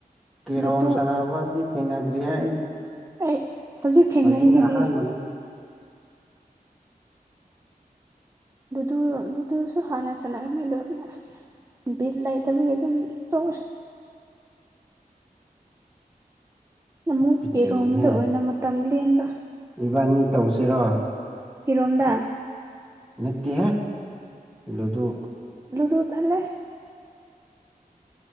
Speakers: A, in the centre; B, on the right.
A: ꯀꯦꯔꯣꯝ
B: ꯂꯨꯇꯨ
A: ꯁꯥꯟꯅꯕ ꯊꯦꯡꯅꯗ꯭ꯔꯤ ꯑꯩ
B: ꯑꯩ ꯍꯧꯖꯤꯛ ꯊꯦꯡꯅꯔꯤꯩꯗꯨꯗꯤ
A: ꯍꯧꯖꯤꯛꯅ ꯑꯍꯥꯟꯕꯅꯦ
B: ꯂꯨꯗꯨ ꯂꯨꯗꯨꯁꯨ ꯍꯥꯟꯅ ꯁꯥꯟꯅꯔꯝꯃꯦꯗꯣꯩꯅꯁꯦ ꯕꯤꯜ ꯂꯩꯇꯕꯒꯤ ꯑꯗꯨꯝ ꯇꯧꯑꯦ ꯑꯃꯨꯛ
A: ꯕꯤꯠ ꯂꯩꯅꯤꯍꯦ
B: ꯏꯔꯣꯝꯗ ꯑꯣꯏꯅ ꯃꯇꯝ ꯂꯦꯟꯕ
A: ꯏꯕꯥꯅꯤ ꯇꯧꯁꯤꯔꯣ
B: ꯏꯔꯣꯝꯗ
A: ꯅꯠꯇꯦꯍꯦ ꯂꯨꯗꯨ
B: ꯂꯨꯗꯨ ꯇꯟꯂꯦ